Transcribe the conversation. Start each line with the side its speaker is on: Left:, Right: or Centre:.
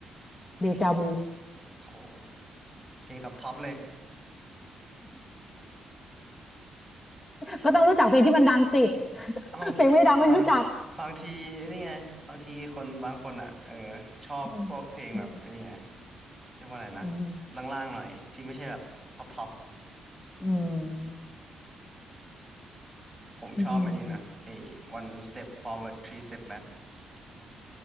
Left: เดจาวู <laughs>
Centre: โหเพลงท็อปท็อปเลย
Left: ก็ต้องรู้จักเพลงที่มันดังสิ
Centre: <laughs> เอ้า
Left: เพลงไม่ดังไม่รู้จัก
Centre: บางบางทีนี่ไงบางทีคนบางคนอ่ะเออชอบพวกเพลงแบบไอ้นี่ไง
Left: อืมอืม
Centre: เรียกว่าอะไรนะ
Left: อืม
Centre: ล่างๆหน่อยที่ไม่ใช่แบบท็อปท็อป
Left: อืม
Centre: ผมชอบอันนี้นะไอ้
Left: อืม
Centre: one step forward three step back